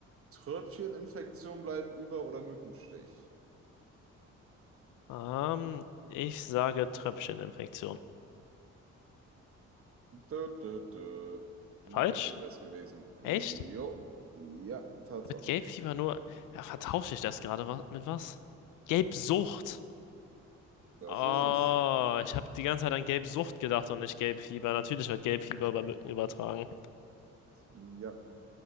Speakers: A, on the right (about 50°); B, on the left (about 85°).
A: Tröpfcheninfektion bleiben über oder Mückenstich?
B: Ähm, ich sage Tröpfcheninfektion.
A: Dö, dö, dö.
B: Falsch?
A: Mückenstich wäre es gewesen.
B: Echt?
A: Jo, ja, Tatsache.
B: Mit Gelbfieber nur. Ja, vertausche ich das gerade wa- mit was? Gelbsucht.
A: Das
B: Oh,
A: ist es.
B: ich habe die ganze Zeit an Gelbsucht gedacht und nicht Gelbfieber. Natürlich wird Gelbfieber über Mücken übertragen.
A: Ja.